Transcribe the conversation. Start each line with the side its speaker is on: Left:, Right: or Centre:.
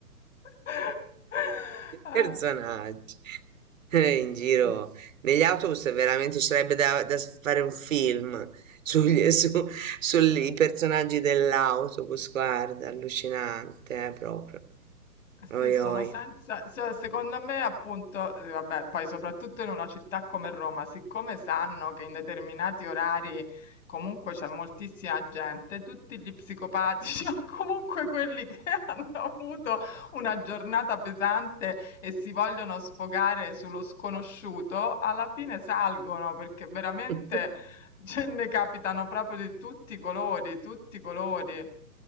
Left: <laughs>
Right: Personaggi Eh, in giro
Left: Eh.
Right: negli autobus è veramente ci sarebbe da, da s- fare un film sugli, su, sui personaggi dell'autobus, guarda, allucinante, eh, proprio.
Left: Sì,
Right: Oi,
Left: sono
Right: oi.
Left: senza, se- secondo me appunto, eh, vabbè, poi soprattutto in una città come Roma, siccome sanno che in determinati orari comunque c'è moltissima gente, tutti gli psicopatici <laughs> o comunque quelli che <laughs> hanno avuto una giornata pesante e si vogliono sfogare sullo sconosciuto, alla fine salgono perché veramente
Right: <laughs>
Left: ce ne capitano proprio di tutti i colori, tutti i colori.